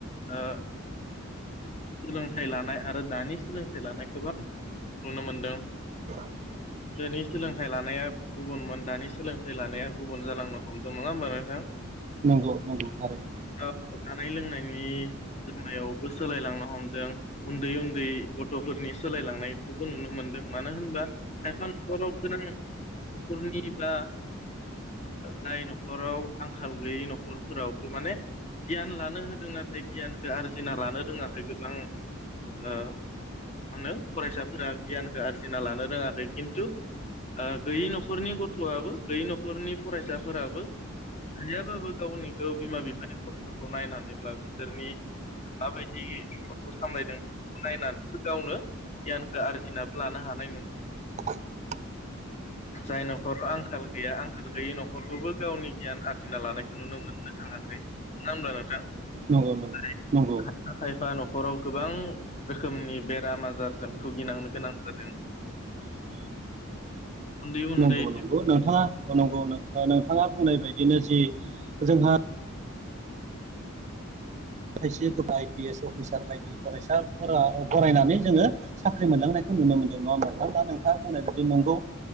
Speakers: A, on the left; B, on the right.
A: ओ सोलोंथाइ लानाय आरो दानि सोलोंथाइ लानाय गोबां नुनो मोनदों
B: <inaudible>
A: गोदोनि सोलोंथाइ लानाया गुबुनमोन दानि सोलोंथाइ लानाया गुबुन जालांनो हमदों नङा होमबा नो
B: नंगौ नंगौ थारै
A: दा जानाय लोंनायनि जोंनायायावबो सोलायलांनो हमदों उन्दै उन्दै गथ'फोरनि सोलायलांनायखौबो नुनो मोनदों। मानो होनबा खायफा न'खराव गोनां न'खरनि बा जाय न'खराव आंखाल गैयै न'खरफोरावबो माने गियान लानो होदों नाथाय गियानखौ आरजिना लानो रोङाखै गोबां मानो होनो फरायसाफोरा गियानखौ आरजिना लानो रोङाखै खिन्थु गैयै न'खरनि गथ'आबो गैयै न'खरनि फरायसाफोराबो गैयाबाबो गावनि ग बिमा बिफानि खस्थ'खौ नायनानैब्ला बिसोरनि माबायदि न'खरखौ सामलायदों बेखौ नायनानैगावनो गियानखौ आरजिना लानो हानाय
B: <unintelligible>
A: जाय न'खर आंखाल गैया आंखाल गैयि न'खरखौबो गावनि गियान आ सिना लानायखौ नुनो मोननो थांङाखै मानो होनबब्ला नोंथां
B: नंगौ नंगौ
A: खायफा खायफा नख'र हराव गोबां रोखोमनि बेराम आजारजों भुगिनांनो गोनां जादों।
B: <inaudible>
A: उन्दै उन्दै
B: नंगौ नंगौ नोंथाङा नंगौ नोंथाङा बुंनाय बायदिनो जि जोंहा खायसे गोबां आइ पि एस अफिसार बायदि फरायसाफोरा बरायनानै जोङो साख्रि मोनलांनायखौ नुनो मोनदों नंङा मोनथां दा नोंथाङा बुंनाय बायदि नंगौ